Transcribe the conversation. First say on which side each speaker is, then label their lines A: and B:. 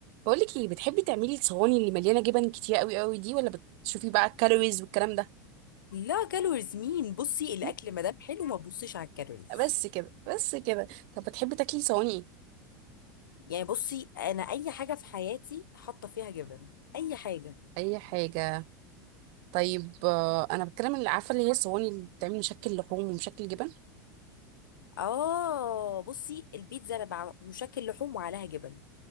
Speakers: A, on the right (about 55°); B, on the left (about 80°).
A: بقولك ايه بتحبي تعملي الصواني اللي مليانه جبن كتير قوي قوي دي ولا بتشوفي بقى الكالوريز والكلام ده
B: لا كالوريز مين بصي الاكل
A: <laughs>
B: ما دام حلو ما تبصيش على الكالوريز
A: بس كده بس كده طب بتحبي تاكلي صواني
B: يعني بصي انا اي حاجه في حياتي حاطه فيها جبن اي حاجه
A: ايه اي حاجه طيب آه، انا بتكلم اللي عارفه اللي هي الصواني اللي بتعمل مشكل لحوم ومشكل جبن
B: اه بصي البيتزا انا بع- مشكل لحوم وعليها جبن